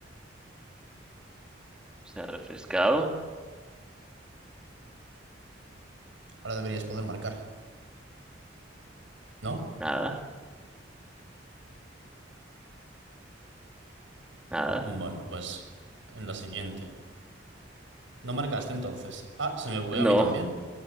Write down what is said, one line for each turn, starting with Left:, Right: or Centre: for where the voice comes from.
Centre: se ha refrescado.
Right: Ahora deberías poder marcar. ¿No?
Centre: Nada, nada.
Right: Bueno, pues en la siguiente. No marcaste entonces. Ah, se me bugueó
Centre: No,
Right: a mí también.